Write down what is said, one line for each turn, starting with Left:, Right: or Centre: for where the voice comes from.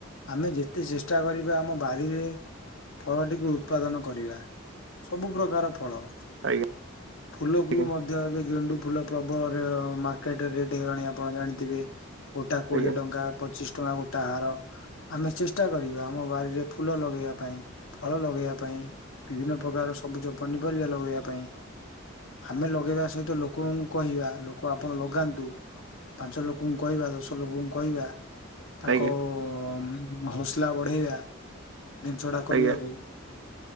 Left: ଆମେ ଯେତେ ଚେଷ୍ଟା କରିବା ଆ ଆମ ବାରିରେ ଫଳଟିକୁ ଉତ୍ପାଦନ କରିବା ସବୁ ପ୍ରକାର ଫଳ।
Right: ଆଜ୍ଞା
Left: ଫୁଲକୁ
Right: ଆଜ୍ଞା
Left: ବି ମଧ୍ୟ ଏବେ ଗେଣ୍ଡୁ ଫୁଲ ପ୍ରବଳରେ ମାର୍କେଟରେ ରେଟ୍ ହେଇଲାଣି ଆପଣ ଜାଣିଥିବେ। <unintelligible> ଗୋଟା କୋଡିଏ
Right: ଆଜ୍ଞା
Left: ଟଙ୍କା ପଚିଶ ଟଙ୍କା ଗୋଟା ହାର ଆମେ ଚେଷ୍ଟା କରିବା ଆମ ବାାରରେ ଫୁଲ ଲଗେଇବା ପାଇଁ ଫଳ ଲଗେଇବା ପାଇଁ ବିଭିନ୍ନ ପ୍ରକାର ସବୁଜ ପନିପରିବା ଲଗେଇବା ପାଇଁ ଆମେ ଲଗେଇବା ସହିତ ଲୋକଙ୍କୁ କହିବା ଲୋକ ଆପଣ ଲଗାନ୍ତୁ ପାଞ୍ଚ ଲୋକ ଲୋକଙ୍କୁ କହିବା ଦଶ ଲୋକଙ୍କୁ କହିବା। ତାଙ୍କ
Right: ଆଜ୍ଞା
Left: ଅ
Right: ଆଜ୍ଞା
Left: ଅ ହସଲା ବଢେଇବା। ଜିନିଷ ଟା କରିବାକୁ
Right: ଆଜ୍ଞା